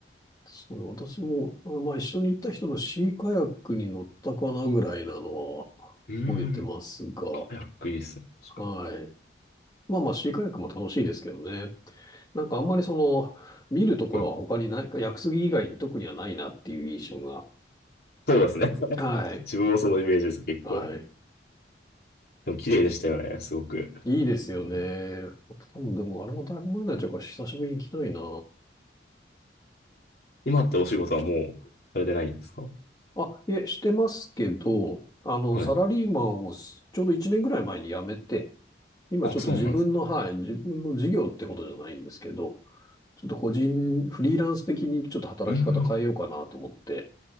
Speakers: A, on the left; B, on the left.
A: そう私も、あまあ一緒に行った人のシーカヤックに乗ったかなぐらいなのは
B: うーん。
A: 覚えてますが、
B: カヤックいいですね。
A: はい。
B: 確
A: まあまあシーカヤックも楽しいですけどね。なんかあんまりその、見るところは他にないか、
B: かに。はい
A: 屋久杉以外に特にはないなっていう印象が。
B: そうですね。<laughs>
A: はい。
B: 自分もそのイメージです、結構。
A: はい。
B: でも綺麗でしたよね、すごく。
A: いいですよね。
B: うん、
A: 多分でもあれもだいぶ前になっちゃうから久しぶりに行きたいな。
B: 今ってお仕事はもうされてないんですか
A: あ、いえ、してますけど、あの、
B: はい。
A: サラリーマンをすちょうど1年ぐらい前に辞めて、今ちょっと自分の、
B: あ、そうなんですね。
A: はい、自分の事業ってことじゃないんですけど、ちょっと個人、フリーランス的にちょっと働き方変えようかなと思って、
B: うーん。